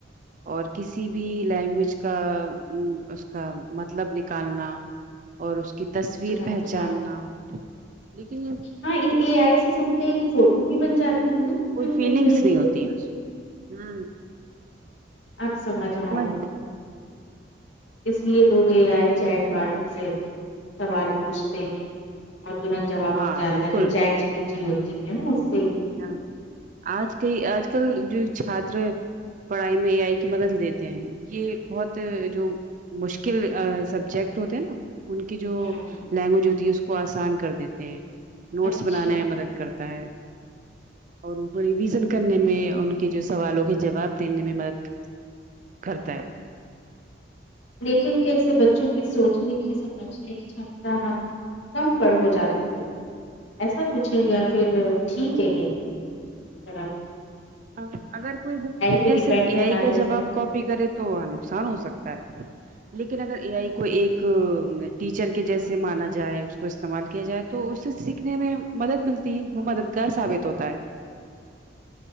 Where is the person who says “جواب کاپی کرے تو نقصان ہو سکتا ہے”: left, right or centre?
Right